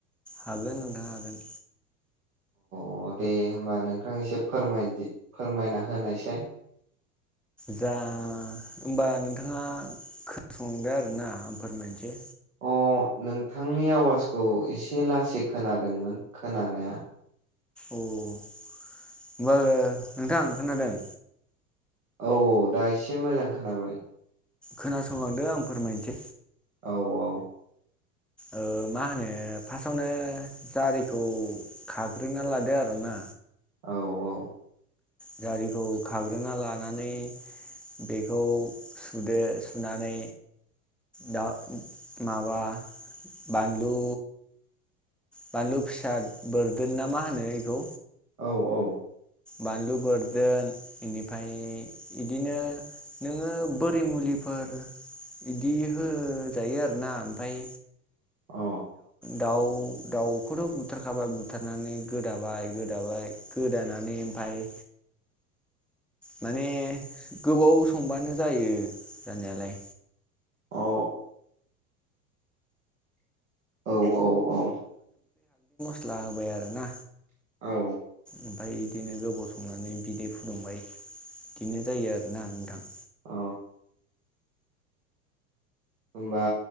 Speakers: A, in the centre; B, on the right.
A: हागोन नोंथां दा हागोन।
B: अ दे होमबा नोंथां एसे फोर- फोरमायना होनायसाय।
A: दे होमबा नोंथांङा खोनासंदो आरोना आं फोरमायनोसोय।
B: अ नोंथांनि आवाजखौ एसे लासै खोनादोंमोन खोनानाया।
A: अ होमबा नोंथां खोनादों।
B: औ औ दा एसे मोजां खोनाबाय।
A: खोनासंलांदो आं फोरमायनोसै।
B: औ औ
A: औ। मा होनो फास्टावनो जारिखौ खाग्रोना लादो आरो ना।
B: औ औ।
A: जारिखौ खाग्रोना लानानै। बेखौ सुदो सुनानै। दा माबा बानलु। बानलु फिसा बोरदोन ना मा होनो बेखौ।
B: औ औ।
A: बानलु बोरदोन बेनिफ्राय बिदिनो नोंङो बरि मुलि। फोर बिदि होजायो आरो ना ओमफाय।
B: अ।
A: दाउ दाउखौथ बुथारखाबाय बुथारनानै गोदाबाय गोदाबाय गोदानानानै। ओमफ्राय। माने गोबाव संबानो जायो जानायालाय।
B: औ। औ औ औ।
A: फस्ला होबाय आरो ना।
B: औ।
A: ओमफ्राय बिदिनो गोबाव संनानै बिदै फुदुंबाय बिदिनो जायो आरोना नोंथां।
B: औ। होमबा